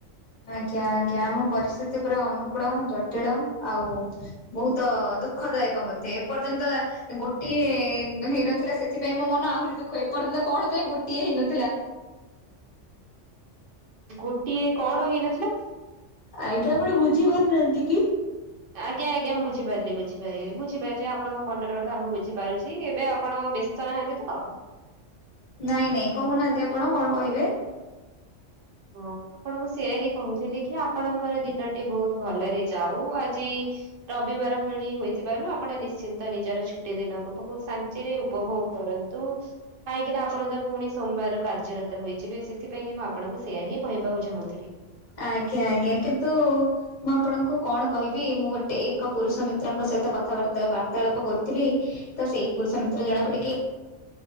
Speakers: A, on the left; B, on the right.
A: ଆଜ୍ଞା ଆଜ୍ଞାଆମ ପରିସ୍ଥିତି ପୁରା ଅନୁକୂଳ ଜଟିଳ ଆଉ ବହୁତ ଦୁଃଖଦାୟକ ମଧ୍ୟ ଏପର୍ଯ୍ୟନ୍ତ ଗୋଟିଏ ହେଇନଥିଲା ସେଥିପାଇଁ ମୋ ମନ ଆହୁରି ଦୁଃଖ ଏପର୍ଯ୍ୟନ୍ତ କଣ ପାଇଁ ଗୋଟିଏ ହେଇନଥିଲା।
B: ଗୋଟିଏ କଣ ହେଇନଥିଲା?
A: ଆଜ୍ଞା ଆପଣ ବୁଝି ପାରୁନାହାନ୍ତି କି?
B: ଆଜ୍ଞା ଆଜ୍ଞା ମୁଁ ବୁଝିପାରିଲି ବୁଝିପାରିଗଲି ବୁଝିପାରୁଛି ଆପଣଙ୍କ ମନର କଥା ମୁଁ ବୁଝିପାରୁଛି ଏବେ ଆପଣ ବେସି ତଳ ହାଣ୍ଡି ତ।
A: ନାଇଁ ନାଇଁ କହୁନାହାନ୍ତି ଆପଣ କଣ କହିବେ?
B: ହଁ। ମୁଁ ଆପଣଙ୍କୁ ସେହିଁ ହାଁ କହୁଥିଲି କି ଆପଣଙ୍କର ଦିନଟି ବହୁତୁ ଭଲରେ ଯାଉ ଆଜି ରବିବାର ଭଳି ହୋଇଥିବାରୁ ଆପଣ ନିଶ୍ଚିନ୍ତ ନିଜର ଛୁଟି ଦିନକୁ ବହୁତୁ ଶାନ୍ତି ଥିରେ ଉପଭୋଗ କରନ୍ତୁ। କାହିଁକି ନା ଆପଣ ତ ପୁଣି ସୋମବାରୁ କାର୍ଯ୍ୟରତ ହୋଇଯିବେ ସେଥିପାଇଁ କି ମୁଁ ଆପଣଙ୍କୁ। ସେଇଆ ହିଁ କହିବାକୁ ଚାହୁଁଥିଲି।
A: ଆଜ୍ଞା ଆଜ୍ଞା କିନ୍ତୁ। ମୁଁ ଆପଣଙ୍କୁ କଣ କହିବି ମୁଁ ଗୋଟେ ଏକ ପୁରୁଷ ମିତ୍ରଙ୍କ ସହିତ କଥାବାର୍ତ୍ତା ବାର୍ତ୍ତାଳାପ କରୁଥିଲି। ତ ସେଇ ପୁରୁଷ ମିତ୍ର ଜଣକ ଟିକେ।